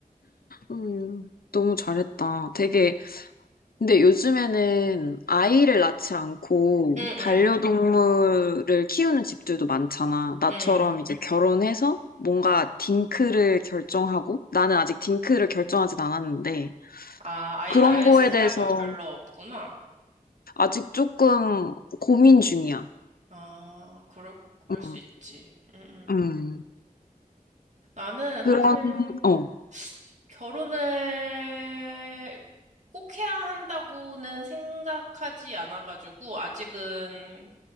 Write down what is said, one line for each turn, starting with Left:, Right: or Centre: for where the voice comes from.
Left: 음, 너무 잘했다. 되게, 근데 요즘에는 아이를 낳지 않고
Right: 응응
Left: 반려동물을 키우는 집들도 많잖아. 나처럼
Right: 응. 응.
Left: 이제 결혼해서 뭔가 딩크를 결정하고, 나는 아직 딩크를 결정하진 않았는데,
Right: 아 아이
Left: 그런
Right: 낳을
Left: 거에
Right: 생각은
Left: 대해서
Right: 별로 없구나.
Left: 아직 조금 고민 중이야.
Right: 아 그럴 그럴
Left: 음,
Right: 수 있지. 응응.
Left: 음.
Right: 나는
Left: 그런,
Right: 사실
Left: 어.
Right: 결혼을 꼭 해야 한다고는 생각하지 않아가지고, 아직은